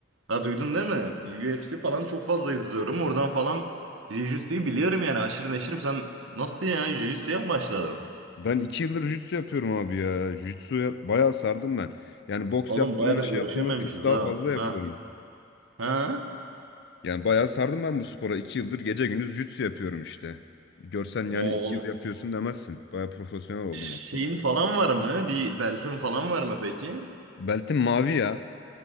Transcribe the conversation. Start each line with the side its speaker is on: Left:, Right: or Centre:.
Right: Ha duydun değil mi? UFC falan çok fazla izliyorum. Oradan falan jiu-jitsu'yu biliyorum yani aşırı neşirim. Sen nasıl ya jiu-jitsu'ya mı başladın?
Left: Ben iki yıldır jiu-jitsu yapıyorum abi ya. Jiu-jitsu'ya bayağı sardım ben. Yani boks
Right: Oğlum
Left: yaptığımdan
Right: bayağıdır
Left: şey
Right: görüşememişiz
Left: yaptığımdan çok daha
Right: ha.
Left: fazla yapıyorum.
Right: Ha. Ha?
Left: Yani bayağı sardım ben bu spora. iki yıldır gece gündüz jiu-jitsu yapıyorum işte. Görsen
Right: O
Left: yani iki
Right: oğlum
Left: yıl yapıyorsun demezsin. Bayağı profesyonel oldum
Right: şeyin
Left: aslında.
Right: falan var mı? Bir beltin falan var mı peki?
Left: Beltim mavi ya.